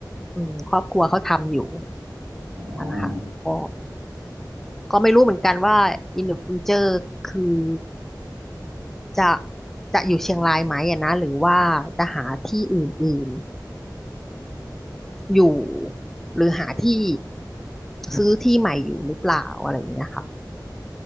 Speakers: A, in the centre; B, on the right (about 80°).
A: อืมครอบครัวเขาทำอยู่
B: อ๋อ
A: นั่นนะคะก็ก็ไม่รู้เหมือนกันว่า in the future คือจะจะอยู่เชียงรายไหมอะนะหรือว่าจะหาที่อื่น อยู่หรือหาที่ซื้อที่ใหม่อยู่หรือเปล่าอะไรอย่างเงี้ยค่ะ